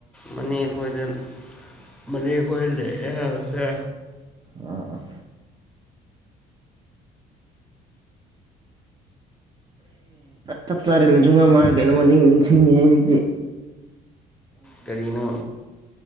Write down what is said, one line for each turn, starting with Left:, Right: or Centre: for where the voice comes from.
Centre: ꯃꯅꯦꯦꯛ ꯑꯩꯈꯣꯏꯗ ꯃꯅꯤꯈꯣꯏ ꯂꯩꯦꯗ
Right: ꯑ ꯆꯞ ꯆꯥꯔꯦꯅ ꯖꯨꯡꯒꯥꯝ ꯀꯩꯅꯣꯃ ꯅꯤꯡ ꯅꯤꯡꯁꯤꯡꯉꯦ ꯍꯧꯖꯤꯛꯇꯤ
Centre: ꯀꯔꯤꯅꯣ